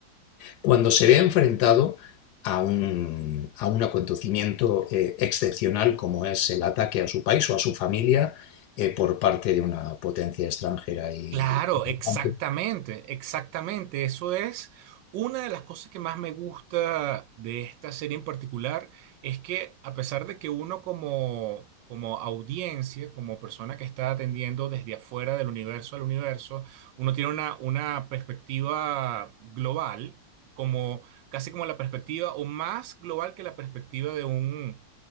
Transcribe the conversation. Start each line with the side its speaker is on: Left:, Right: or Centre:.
Left: cuando se ve enfrentado a un, a un acontecimiento eh, excepcional como es el ataque a su país o a su familia eh, por parte de una potencia extranjera. Y
Right: Claro, exactamente,
Left: aunque
Right: exactamente. Eso es una de las cosas que más me gusta de esta serie en particular, es que a pesar de que uno como, como audiencia, como persona que está atendiendo desde afuera del universo al universo, uno tiene una, una perspectiva global, como casi como la perspectiva, o más global que la perspectiva de un,